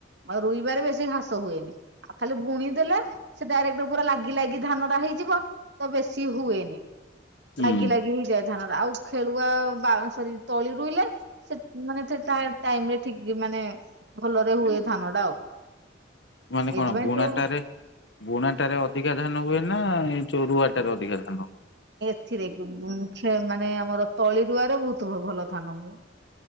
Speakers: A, on the right (about 65°); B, on the left (about 70°).
A: ରୋଇବାରେ ବେଶ ଘାସ ହୁଏନି ଆଉ ଖାଲି ବୁଣି ଦେଲେ ସେ ଡାଇରେକ୍ଟ୍ ପୁରା ଲାଗି ଲାଗି ଧାନ ଟା ହେଇଯିବ ତ ବେଶି ହୁଏନି
B: ହୁଁ
A: ଲାଗି ଲାଗି ହେଇଯାଏ ଧାନ ଆଉ ଖେଳୁଆ ସରି ତଳି ରୋଇଲେ ସେ ମାନେ ସେ ଟାଇମରେ ଠିକ୍ ମାନେ ଭଲରେ ହୁଏ ଧାନ ଟା ଆଉ
B: ମାନେ କଣ
A: ଏଇଥିପାଇଁ
B: ବୁଣାଟାରେ
A: ସେ
B: ବୁଣାଟାରେ ଅଧିକା ଧାନ ହୁଏ ନା ଏ ରୁଆଟାରେ ଅଧିକା ଧାନ ହୁଏ।
A: ରେ ମାନେ ଆମର ତଳି ରୁଆରେ ବହୁତ ଭଲ ଧାନ ହୁଏ।